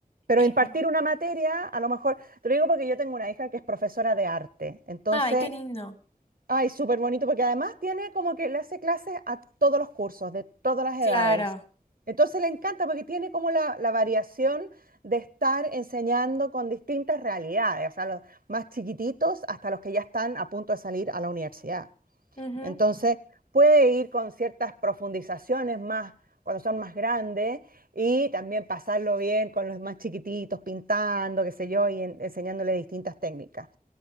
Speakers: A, on the right; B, on the left.
A: Pero
B: Eh,
A: impartir una materia, a lo mejor, te lo digo porque yo tengo una hija que es profesora de arte. Entonces,
B: ay, qué lindo.
A: Ay, súper bonito, porque además tiene como que le hace clases a todos los cursos, de todas las
B: Claro.
A: edades. Entonces le encanta porque tiene como la, la variación de estar enseñando con distintas realidades, o sea, los más chiquititos hasta los que ya están a punto de salir a la universidad.
B: Ujú.
A: Entonces puede ir con ciertas profundizaciones más cuando son más grandes y también pasarlo bien con los más chiquititos, pintando, qué sé yo, y en- enseñándole distintas técnicas